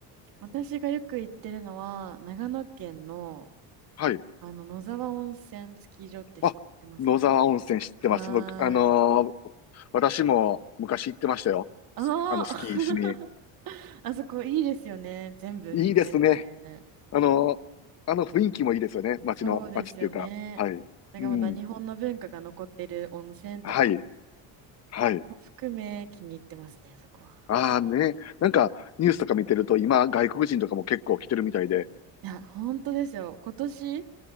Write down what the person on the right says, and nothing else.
私がよく行ってるのは、長野県の、
あの、野沢温泉スキー場って知ってますかね
はーい。
ああ
<laughs> あそこいいですよね。全部含めて。
そうですよね。
なんかまだ日本の文化が残ってる温泉とか
も含め気に入ってますね、そこは。
いや、本当ですよ。今年、